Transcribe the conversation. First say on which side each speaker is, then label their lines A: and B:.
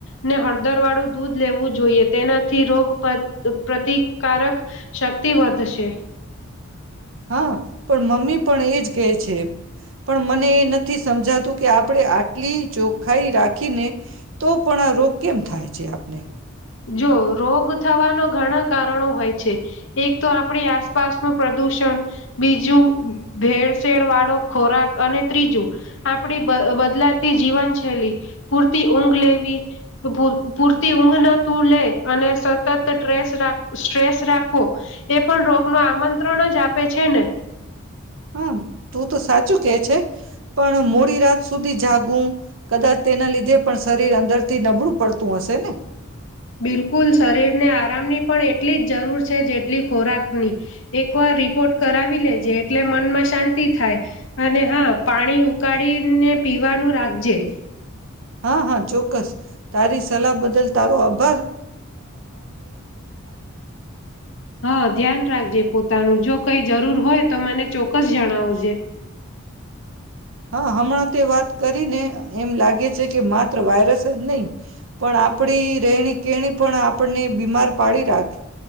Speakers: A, on the left (about 60°); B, on the right (about 65°).
A: ને હળદર વાળું દૂધ લેવું જોઈએ તેનાથી રોગ પ્રતિ પ્રતિકારક શક્તિ વધશે.
B: હા પણ મમ્મી પણ એજ કેય છે પણ મને એ નથી સમજાતું કે આપણે આટલી ચોખ્ખાઈ રાખીને તો પણ આ રોગ કેમ થાય છે આપને?
A: જો. રોગ થવાનો ઘણા કારણો હોય છે એક તો આપણી આસપાસનું પ્રદૂષણ બીજું ભેળસેળ વાળો ખોરાક અને ત્રીજું આપણી બા બદલાતી જીવન શૈલી પૂરતી ઊંઘ લેવી પૂરતી ઊંઘ ન તું લે અને સતત ટ્રેસ સ્ટ્રેસ રાખવો એ પણ રોગ નો આમંત્રણ જ આપે છે ને.
B: હા તું તો સાચું કે છે પણ મોડી રાત. સુધી જાગું કદાચ તેના લીધે પણ શરીર અંદર થી નબળું પડતું હશે ને?
A: બિલકુલ.
B: હા હા ચોક્કસ તારી સલાહ બદલ તારો આભા
A: હા ધ્યાન રાખજે પોતાનું જો કઈ જરૂર હોય તો મને ચોક્કસ જણાવજે.
B: હા હમણાં તે વાત કરીને એમ લાગે છે કે માત્ર વાયરસ જ નહીં પણ આપણી રહેણી કેણી પણ આપણને બીમાર પાડી રાખે